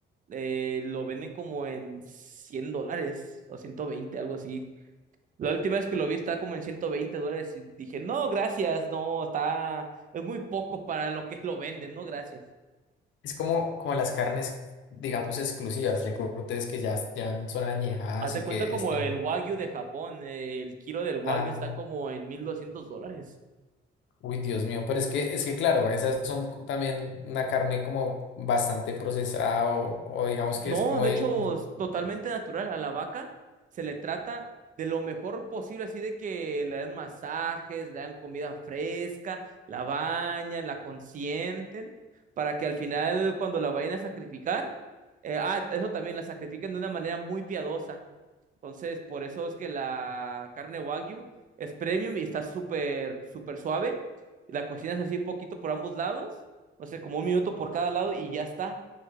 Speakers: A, on the right; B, on the left.
A: eh, lo venden como en 100 dólares o 120, algo así. La última vez que lo vi estaba como en 120 dólares y dije, no, gracias, no, está, es muy poco para lo que lo venden, no, gracias.
B: Es como, como las carnes, digamos, exclusivas de cortes que ya, ya son añejadas
A: Haz de
B: y
A: cuenta
B: que
A: como
B: están...
A: el Wagyu de Japón, eh, el kilo del Wagyu
B: Ah,
A: está como en 1200 dólares.
B: uy, Dios mío. Pero es que, es que claro, esas son también una carne como bastante procesada o, o digamos
A: No,
B: que es como
A: de
B: el...
A: hecho, es totalmente natural. A la vaca se le trata de lo mejor posible, así de que le dan masajes, le dan comida fresca, la bañan, la consienten, para que al final, cuando la vayan a sacrificar, eh, ah, eso también, la sacrifican de una manera muy piadosa. Entonces, por eso es que la carne Wagyu es premium y está súper, súper suave. La cocinas así poquito por ambos lados, no sé, como un minuto por cada lado y ya está.